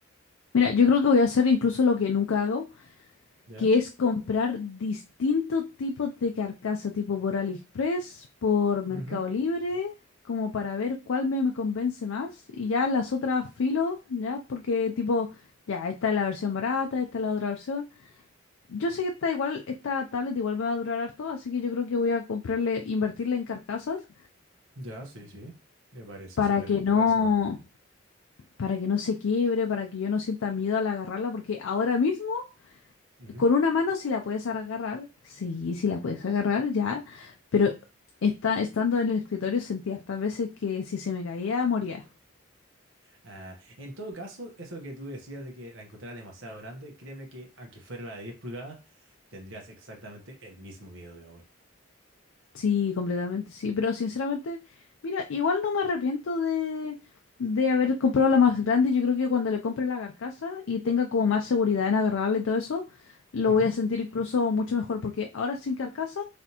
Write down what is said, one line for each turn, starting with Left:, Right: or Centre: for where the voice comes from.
Left: Mira, yo creo que voy a hacer incluso lo que nunca hago.
Right: ¿Ya?
Left: que es comprar distintos tipos de carcasa, tipo por AliExpress, por Mercado
Right: Ujú.
Left: Libre, como para ver cuál me, me convence más. Y ya las otras filo, ya, porque tipo, ya, esta es la versión barata, esta es la otra versión. Yo sé que esta igual, esta tablet igual me va a durar harto, así que yo creo que voy a comprarle, invertirle en carcasas
Right: Ya, sí, sí. Me parece
Left: para
Right: súper
Left: que no,
Right: razonable.
Left: para que no se quiebre, para que yo no sienta miedo al agarrarla, porque ahora mismo
Right: Ujú.
Left: con una mano sí la puedes agarrar, sí, sí la puedes agarrar, ya, pero esta- estando en el escritorio sentí hartas veces que si se me caía, moría.
Right: Ah, en todo caso, eso que tú decías de que la encontrabas demasiado grande, créeme que aunque fuera la de 10 pulgadas, tendrías exactamente el mismo miedo de ahora.
Left: Sí, completamente, sí, pero sinceramente, mira, igual no me arrepiento de, de haber comprado la más grande. Yo creo que cuando le compre la carcasa y tenga como más seguridad en agarrarla y todo eso, lo
Right: Ujú,
Left: voy a sentir incluso mucho mejor, porque ahora sin carcasa,